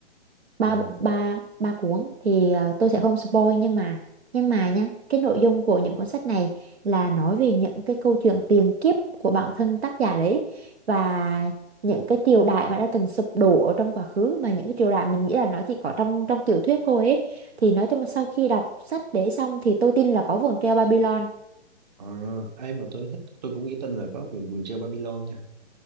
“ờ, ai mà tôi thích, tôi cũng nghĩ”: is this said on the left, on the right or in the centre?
Right